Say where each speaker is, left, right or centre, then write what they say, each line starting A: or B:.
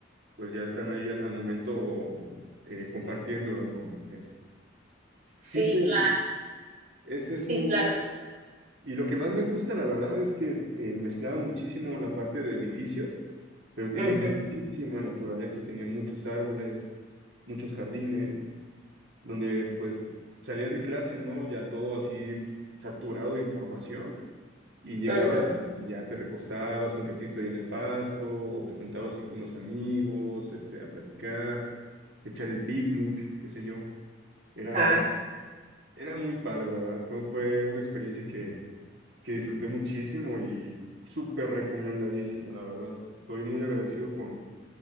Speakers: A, on the right; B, on the right.
A: pues ya están ahí al, al momento eh, compartiéndolo, ¿no? Es-
B: Sí,
A: sí, te-
B: claro,
A: ese
B: sí,
A: es muy bueno
B: claro.
A: y lo que más me gusta, la verdad, es que eh, mezclaba muchísimo la parte de edificio, pero
B: Ujú,
A: tenía muchísima naturaleza, tenía muchos árboles, muchos jardines, donde pues salías de clase, ¿no? Ya todo así saturado de información y llegabas
B: ujú.
A: y ya te recostabas un ratito ahí en el pasto o te juntabas así con los amigos, este, a platicar, echar el picnic, qué sé yo. Era,
B: Ajá.
A: era muy padre, la verdad. Fue, fue una experiencia que que disfruté muchísimo y súper recomendadísimo, la verdad. Estoy muy agradecido con,